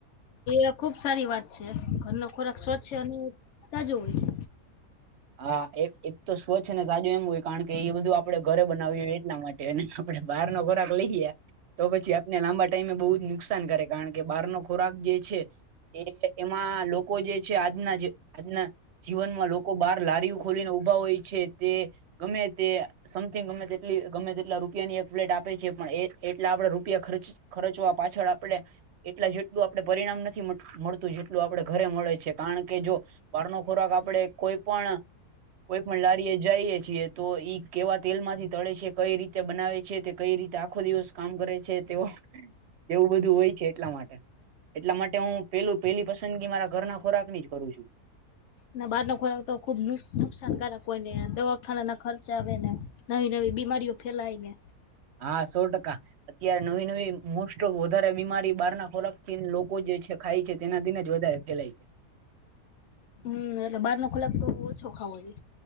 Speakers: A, on the left (about 65°); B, on the right (about 55°).
A: એ ખુબ સારી વાત છે ઘરનો ખોરાક સ્વચ્છ છે અને તાજો હોય છે.
B: હા એક તો સ્વચ્છ ને સાજું એમ હોય કારણ કે એ બધું આપડે ઘરે બનાવ્યું હોય એટલા માટે. એને આપડે બહાર નો ખોરાક લઈ ગયા. તો પછી આપને લાંબા ટાઈમે બહુ જ નુકસાન કરે કારણ કે બહાર નો ખોરાક જે છે. એ એમાં લોકો જે છે. આજના આજના જીવનમાં લોકો બાર લારીઓ ખોલીને ઉભા હોય છે તે ગમે તે સમથિંગ ગમે તેટલી ગમે તેટલા રૂપિયાની એક પ્લેટ આપે છે. પણ એટલા આપડે રૂપિયા ખર્ચ ખર્ચવા પાછળ આપડે એટલા જેટલું આપડણે પરિણામ નથી મળતું જેટલું આપડે ઘરે મળે છે. કારણ કે જો બહાર નો ખોરાક આપડે કોઈ પણ કોઈ પણ લારી એ જઈએ છીએ તો ઈ કેવા તેલ માંથી તળે છે? કઈ રીતે બનાવે છે? કઈ રીતે આખો દિવસ કામ કરે છે. તે એવું બધું હોય છે એટલા માટે. એટલા માટે હું પેલું પેલી પસંદગી મારા ઘરના ખોરાક ની જ કરું છું
A: ના બહાર નો ખોરાક તો ખુબ નુકસાનકારક હોઈને દવાખાના ના ખર્ચા આવે ને નવી નવી બીમારીઓ ફેલાયને
B: હા સો ટકા અત્યારે નવી નવી મોસ્ટ ઓફ વધારે બીમારી બહાર ના ખોરાક થીને લોકો જે છે ખાય છે તેના દિને જ વધારે ફેલાય છે
A: હમ્મ એટલે બાર નો ખોલાક તો ઓછો ખાવો જોઈએ